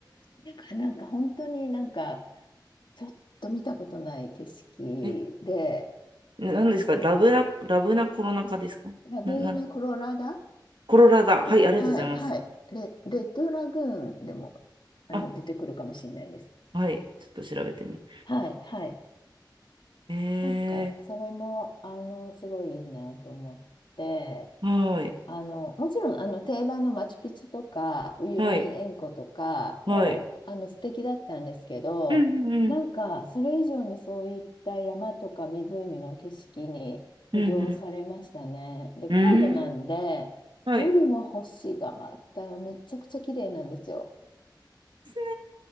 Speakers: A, on the left (about 75°); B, on the right (about 85°).
A: なんか、なんか本当になんか、ちょっと見たことない景色で、
B: ー、え、ななんですかラブな、
A: ん
B: ラブなコロナ禍ですかな、
A: ラグーナ・
B: なん、
A: コロラダ
B: コロラだ。はい、ありがとうございます。
A: はい、はい。レ、レッドラグーンでもあの出てくるかもしれないです。
B: あ、はい。ちょっと調べてみます。
A: はい、はい。
B: え
A: なんか、それも、あの、すごいいいなと思って、
B: ー、はい、
A: あの、もちろん、あの、定番のマチュピチュとか、ウユニ塩湖とかも、
B: はい、はい。
A: あの、素敵だったんですけど、
B: うんうん
A: なんか、それ以上にそういった山とか湖の景色に魅了されましたね。
B: うん、うん
A: で、高度なんで、
B: うん、うん。はい。
A: 夜の星がまためちゃくちゃ綺麗なんですよ。
B: です